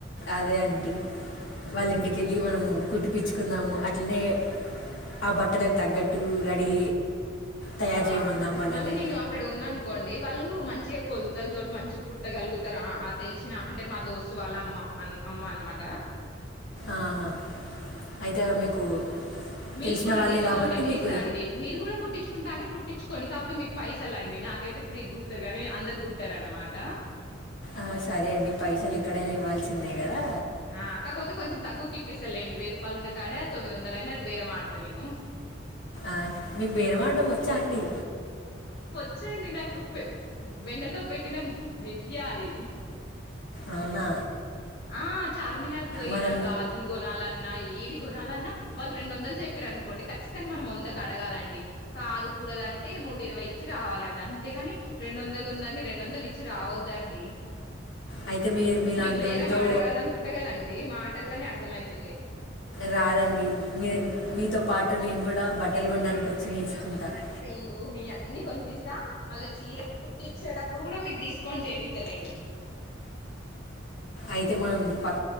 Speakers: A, on the left; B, on the left.
A: అదే అంటి వాళ్ళ ఇంటికి వెళ్ళి మనము కుట్పచ్చుకున్నాము అట్లనే ఆ బట్టల తగ్గట్టు రెడీ తయారు
B: ఆ
A: చేయమందాం వాళ్ళని
B: మళ్ళీ నేను అక్కడ ఉన్నా అనుకోండి వాళ్ళు మ మంచిగా కొలతలతోటి మంచి కుట్టగలుగుతారు ఆ ఏం తెలిసిన అంటే మా దోస్తు వాళ్ళ అమ్మ అమ్మ అనమాట
A: ఆహా అయితే మీకు
B: మీకు
A: తెలిసిన
B: కూడా
A: వాళ్ళే
B: డిస్కౌంట్
A: కాబట్టి
B: ఇప్పిస్తా
A: మీకు
B: అండి మీరు కూడా కుట్టించుకుంటా అంటే కుట్ గుట్టించుకోండి కాకపోతే మీకు పైసలులాండి నాకైతే ఫ్రీ గుడతారు కానీ అందరు కుట్టారు అనమాట
A: ఆ సరే అండి పైసలు ఎక్కడైనా ఇవ్వాల్సిందే కదా
B: ఆ కాకపోతే కొంచెం తక్కువకు ఇప్పస్తాలేండి వెయ్యి రూపాయలున్నా కాడ తొమ్మిది వందల అయిన బేరం ఆడతా నేను
A: ఆ మీకు బెరమరడం వచ్చా అండి
B: వచ్చాండి నాకు పే వెన్నతో పెట్టిన విద్య అది
A: అవునా
B: ఆ చార్మినార్ కి పోయినా
A: మనం
B: గాజులు కొనాలన్నా ఏవి కోనాలన్నా వాళ్ళు రెండు వందలు చెప్పారు అనుకోండి ఖచ్చితంగా మనం వందకు అడగాలండి కాదు కూడదు అని అంటే నూట ఇరవై ఇచ్చి రావాలండి అంతేగాని రెండు వందలు ఉందని రెండు వందలు ఇచ్చి రావద్దండి
A: అయితే మీ మీలాంటి
B: మీకు బేరేం
A: వాళ్ళతో
B: ఆడరాదనుకుంటే కదండి మాటల్లోనే అర్థం ఆయుతుంది
A: రాదండి మీ మీతో పాటు నేను కూడా బట్టాలకోనడానికి వచ్చి నేర్చుకుంటాను
B: ఇంగు మీ అన్నీ అన్నీ కోనిపిస్తా మళ్ళీ చీర కుట్టిచ్చేటప్పుడు కూడా మీకు డిస్కౌంట్ చెపిస్తాలేండి
A: అయితే మనం పక్క